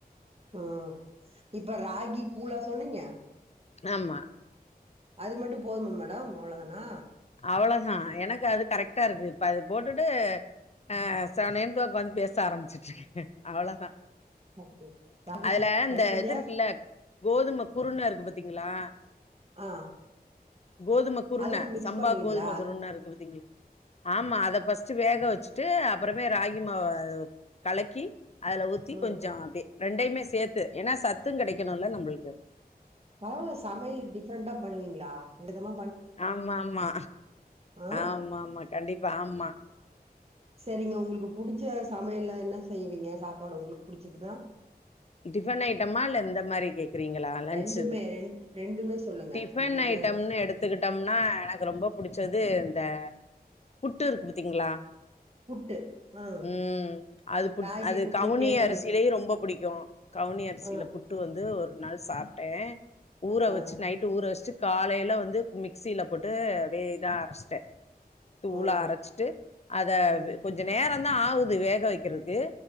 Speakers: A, on the right (about 40°); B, on the left (about 40°).
A: ம் இப்ப ராகி கூழா சொன்னீங்க
B: ஆமா
A: அது மட்டு போதுமா மேடம் அவ்ள தானா
B: அவ்ளோதா எனக் அது கரெக்ட்டா இருக்கு இப்ப அது போட்டுட்டு அ செவனேன் தா ஒக்கோந்து பேச ஆரமிச்சிட்ருக்கே அவ்ளோதா
A: அப்டி ராகி
B: அதுல இந்த
A: எடுத்தீங்க
B: இதுருக்குல்ல கோதும குருண இருக்கு பாத்திங்களா
A: ஆ
B: கோதும குருண
A: அதுவு மிக்ஸ்
B: ம்பா
A: பண்ணுவீங்களா
B: கோதும குருண
A: அது
B: இருக்கு பாத்திங்க ஆமா அத ஃபஸ்ட்டு வேக வெச்சுட்டு அப்றமே ராகி மாவ அதுவ கலக்கி அதுல ஊத்தி
A: ம்
B: கொஞ்சோ அப்டே ரெண்டையிமே சேத்து ஏனா சத்து கெடைக்கணுல்ல நம்பள்க்கு
A: பரவால சமையலு டிஃப்ரண்டா பண்ணுவீங்ளா விதமா
B: ஆம்மாம்மா
A: ஆ
B: ஆமாமா கண்டிப்பா ஆம்மா
A: செரிங்க உங்குளுக்கு புடிச்ச சமையல்லா என்ன செய்வீங்க சாப்பாடு உங்குளுக் புடிச்சதுனா
B: டிஃபன் ஐட்டமா இல்ல இந்த மாரி கேக்கிறீங்களா லன்ச்சுது
A: ரெண்டுமே ரெண் ரெண்டுமே சொல்லுங்க
B: டிஃபன்
A: டிஃபனு
B: ஐட்டம்னு எடுத்துக்கிட்டம்னா எனக்கு ரொம்ப புடிச்சது த புட்டு இருக் பத்திங்ளா
A: புட்டு ஆ
B: ம் அது புட்
A: ராகி
B: அது
A: புட்டு
B: கவுனி
A: கேழ்வரகு
B: அரிசிலையு ரொம்ப புடிக்கு கவுனி அரிசில
A: ஆ
B: புட்டு வந்து ஒரு நாள் சாப்ட்டே ஊற
A: ஆ
B: வச்சு நைட்டு ஊற வச்ட்டு காலைல வந்து மிக்சில போட்டு வே இதா அரச்ட்டே தூளா
A: ம்
B: அரச்ட்டு அதவ்
A: ம்
B: கொஞ்ச நேரோ ந்தா ஆகுது வேக வெக்கிறதுக்கு